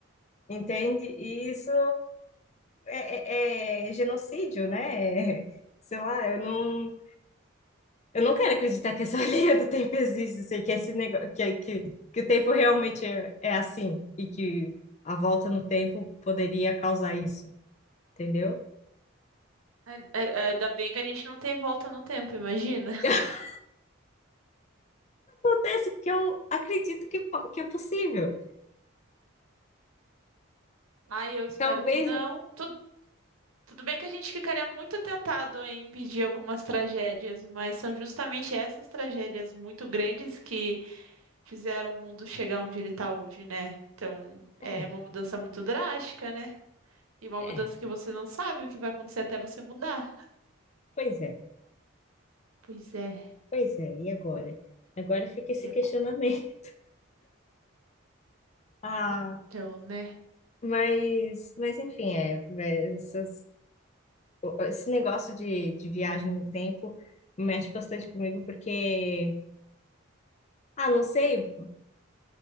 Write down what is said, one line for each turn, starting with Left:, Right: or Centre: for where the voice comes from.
Left: entende? E isso é, é- é genocídio, né? <laughs> sei lá, eu não Eu não quero acreditar que essa <laughs> linha do tempo existe, assim, que esse negócio, que, que, que o tempo realmente é, é assim e que a volta no tempo poderia causar isso, entendeu?
Right: A- a- Ainda bem que a gente não tem volta no tempo, imagina.
Left: <laughs> Acontece que eu acredito que, po- que é possível.
Right: Ai, eu espero
Left: Talvez.
Right: que não.
Left: n-
Right: Tu- Tudo, bem que a gente ficaria muito tentado em impedir algumas tragédias, mas são justamente essas tragédias muito grandes que fizeram o mundo chegar onde ele tá hoje, né? Então, é
Left: É,
Right: uma mudança muito drástica, né? E uma
Left: é.
Right: mudança que você não sabe o que vai acontecer até você mudar.
Left: Pois é,
Right: Pois é.
Left: pois é. E agora? Agora fica esse
Right: E
Left: questionamento.
Right: agora?
Left: <laughs> Ah,
Right: Então, né?
Left: mas, mas enfim, é, é, essas- o- esse negócio de, de viagem no tempo mexe bastante comigo porque, ah, não sei.